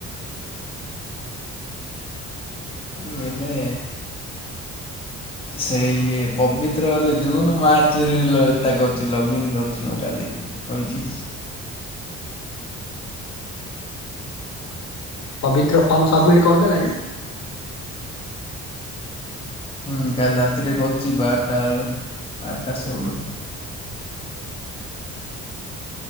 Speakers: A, on the left; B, on the left.
A: ହେଲେ ସେ ଇଏ ପବିତ୍ର ହେଲେ ଜୁନ ମାର୍ଚ୍ଚରେ କରିଛି ଲଗୀନ କରିଛି ମୁଁ କାଲି କହିଛି।
B: ପବିତ୍ର ଫର୍ମ ସବମିଟ୍ କରିଦେଲାଣି?
A: ହୁଁ କାଲି ରାତିରେ କରୁଛି ବାରଟା ବେଳୁ ବାରଟା ସେଉଳୁ।